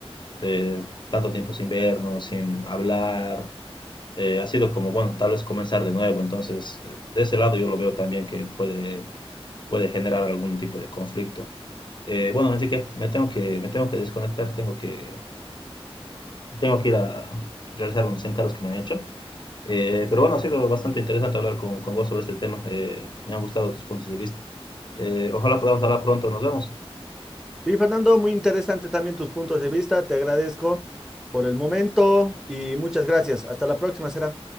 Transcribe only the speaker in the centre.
Sí Fernando, muy interesante también tus puntos de vista. Te agradezco por el momento y muchas gracias. Hasta la próxima, será.